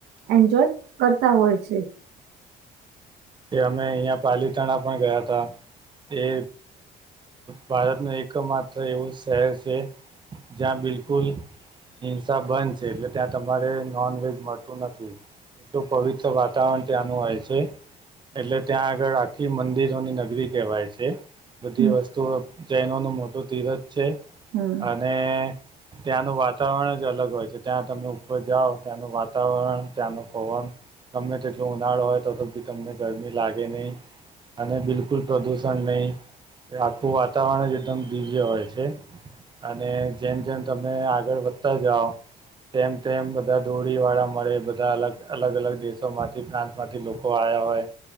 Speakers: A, on the right (about 80°); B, on the right (about 25°).
A: એન્જોય કરતા હોય છે
B: તે અમે અહિયાં પાલીતાણા પણ ગયાતા એ ભારતનું એક માત્ર એવું શહેર છે જયા બિલકુલ હિંસા બંધ છે એટલે ત્યાં તમારે નોનવેજ મળતું નથી એટલું પવિત્ર વાતાવરણ ત્યાંનું હોય છે એટલે ત્યાં આગળ આખી મંદિરોની નગરી કહેવાય છે બધી
A: હમ
B: વસ્તુ જૈનોનું મોટું ધીરજ છે
A: હમ
B: અને ત્યાંનું વાતાવરણ જ અલગ હોય છે ત્યાં તમે ઉપર જાઓ ત્યાંનું વાતાવરણ ત્યાંનું પવન તમને જેટલો ઉનાળો હોય તો તો બી તમને ગરમી લાગે નહી અને બિલકુલ પ્રદુષણ નહી આખું વાતાવરણ જ એકદમ દિવ્ય હોય છે અને જેમ જેમ તમે આગળ વધતા જાઓ તેમ તેમ બધા દોડી વાળા મળે બધા અલગ અલગ અલગ દેશો માંથી પ્રાંત માંથી લોકો આવ્યા હોય